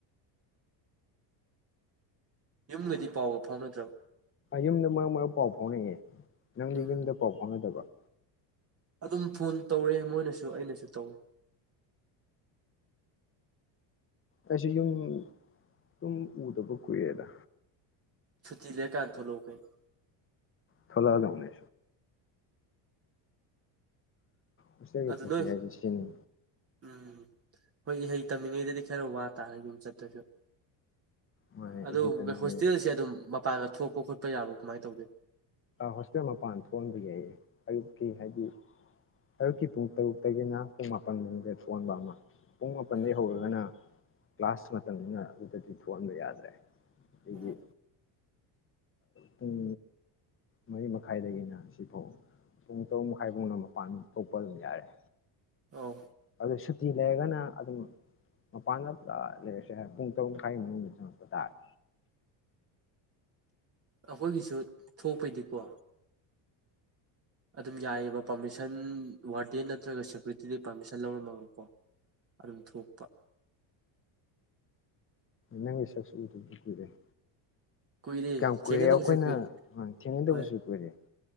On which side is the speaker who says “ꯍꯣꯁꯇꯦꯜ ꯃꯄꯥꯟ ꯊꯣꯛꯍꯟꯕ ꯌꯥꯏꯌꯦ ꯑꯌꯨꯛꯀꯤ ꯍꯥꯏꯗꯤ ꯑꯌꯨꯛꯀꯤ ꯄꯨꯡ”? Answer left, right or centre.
Left